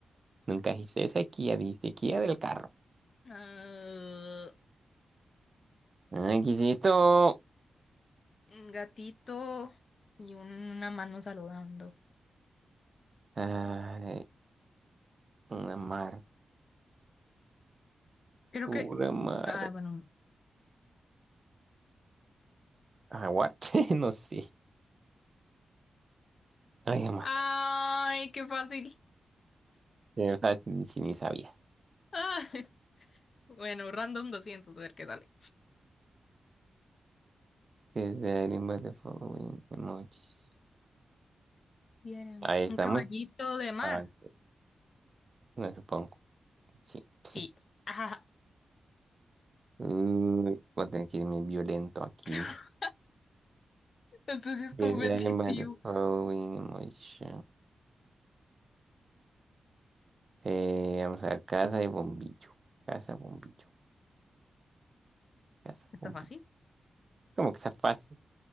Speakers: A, on the right; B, on the left.
A: Nunca dijiste esa Kia, dijiste Kia del carro.
B: Ah,
A: Ay, ¿qué es esto?
B: un gatito y una mano saludando.
A: Ay, una mar,
B: Creo
A: una
B: que.
A: mar.
B: Ah, bueno. no.
A: Jaguar, <laughs> no sé. Ay, más.
B: Ay, qué fácil.
A: Qué fácil, si ni sabías.
B: Ah, <laughs> bueno, random doscientos a ver qué sale.
A: Is there any way to following emojis?
B: Vieran.
A: Ahí está
B: Un caballito
A: muy
B: de mar.
A: fácil, me supongo. Sí, sí.
B: Sí. Ajá.
A: Uy, voy a tener que irme violento aquí.
B: <laughs> Esto sí es competitivo.
A: Is there any way to following emojis? Eh, vamos a ver, casa de bombillo. Casa, bombillo. Casa,
B: ¿Está
A: bombillo.
B: fácil?
A: Como que está fácil,